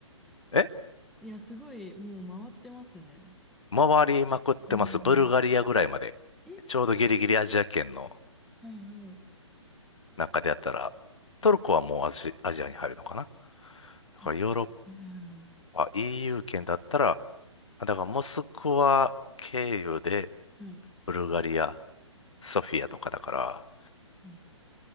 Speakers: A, on the left; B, in the centre.
A: う、え
B: いや、すごい、もう回ってますね。
A: 回りまくってます。
B: うん。
A: ブルガリアぐらいまで。
B: え、
A: ちょうどギリギリアジア圏の
B: はいはい。
A: 中でやったら、トルコはもうアジ、アジアに入るのかなだからヨーロッ
B: あ、多分、はいは
A: パ、EU 圏だったら、だからモスクワ経由で、
B: いはい。はい。
A: ブルガリア、ソフィアとかだから、
B: うん。